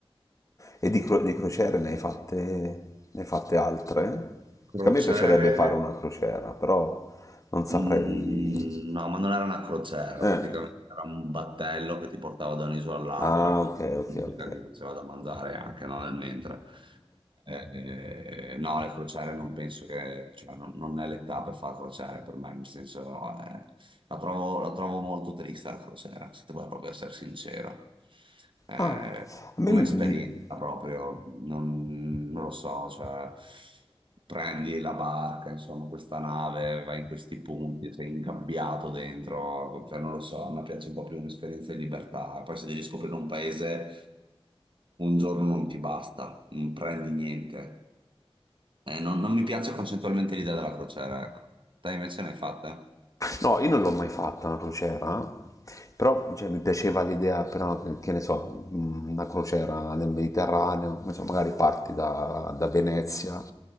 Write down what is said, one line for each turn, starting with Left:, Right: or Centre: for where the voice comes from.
Left: e di, cro- di crociere ne hai fatte, ne hai fatte altre?
Right: Crociere.
Left: Che a me piacerebbe fare una crociera, però non saprei...
Right: Mm, no, ma non era una crociera,
Left: Eh.
Right: praticamente era un battello che ti portava da un'isola all'altra
Left: Ah
Right: con
Left: ok, ok,
Right: musica,
Left: ok.
Right: ti faceva da mangiare anche no, nel mentre. Eh, no, le crociere non penso che, cioè, non, non è l'età per fare crociere per me, nel senso, eh, la trovo, la trovo molto triste la crociera, se devo proprio essere sincero. Eh,
Left: Ah, a me
Right: come
Left: mm,
Right: esperienza. Ma proprio, non, non lo so, cioè prendi la barca, insomma, questa nave, vai in questi punti, sei ingabbiato dentro, cioè non lo so, a me piace un po' più un'esperienza di libertà. Poi se devi scoprire un paese, un giorno non ti basta, non prendi niente. Eh, non, non mi piace concettualmente l'idea della crociera, ecco. Te invece ne hai fatta?
Left: No, io non l'ho mai fatta una crociera, però cioè, mi piaceva l'idea, però, che ne so, mh, una crociera nel Mediterraneo, non so, magari parti da, da Venezia,